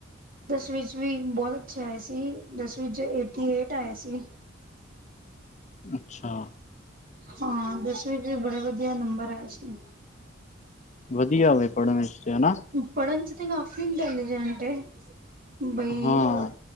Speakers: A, on the right (about 45°); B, on the left (about 35°).
A: ਦਸਵੀਂ ਚ ਵੀ ਬਹੁਤ ਅੱਛੇ ਆਏ ਸੀ ਦਸਵੀ ਚ ਇਟੀਏਟ ਆਏ ਸੀ।
B: ਅੱਛਾ
A: ਹਾਂ ਦਸਵੀਂ ਚ ਵੀ ਬੜੇ ਵਧੀਆ ਨੰਬਰ ਆਏ ਸੀ ।
B: ਵਧੀਆ ਵਧੀਆ ਪੜਨ ਚ ਹੈ ਨਾ।
A: ਪੜ੍ਹਨ ਚ ਤੇ ਕਾਫੀ ਇੰਟੈਲੀਜੈਂਟ ਹੈ। ਬਈ
B: ਹਾਂ